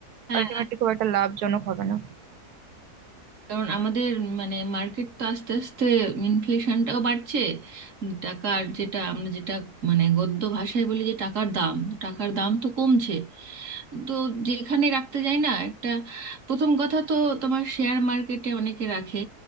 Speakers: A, on the right; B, on the right.
A: হ্যাঁ
B: আলটিমেটলি খুব একটা লাভজনক হবে না
A: কারণ আমাদের মানে মার্কেট তো আস্তে আস্তে ইনফ্লেশনটাও বাড়ছে টাকার যেটা আমরা যেটা মানে গদ্য ভাষায় বলি যে টাকার দাম টাকার দাম তো কমছে তো যেখানে রাখতে যাই না একটা প্রথম কথা তো তোমার শেয়ার মার্কেটে অনেকে রাখে